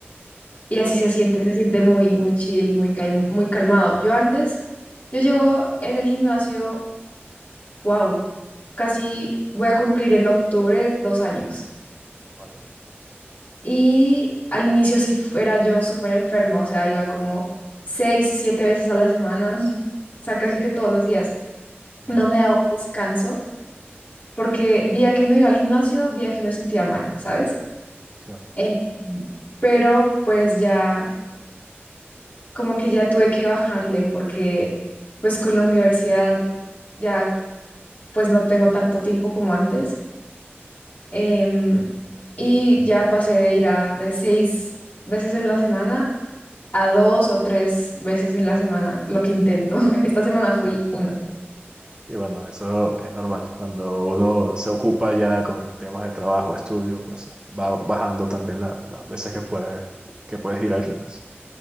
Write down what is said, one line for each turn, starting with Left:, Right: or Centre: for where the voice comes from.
Left: y así se siente, se siente muy, muy chill, muy, caim- muy calmado. Yo antes, yo llevo en el gimnasio, wow, casi voy a cumplir en octubre dos años.
Right: Vale,
Left: Y al inicio sí era yo súper enferma, o sea, iba como seis, siete veces a la semana, <laughs> o sea, casi que todos los días.
Right: vale,
Left: No me daba un descanso porque día que no iba al gimnasio, día que me sentía mal, ¿sabes?
Right: claro.
Left: Eh, pero pues ya, como que ya tuve que bajarle porque pues con la universidad ya pues no tengo tanto tiempo como antes. Em, y ya pasé de ir a de seis veces en la semana a dos o tres veces en la semana, lo que intento. <laughs> Esta semana fui
Right: sí.
Left: una.
Right: Y bueno, eso es normal. Cuando uno se ocupa ya con temas de trabajo, estudio, pues va bajando también la- las veces que puedes, que puedes ir al gimnasio.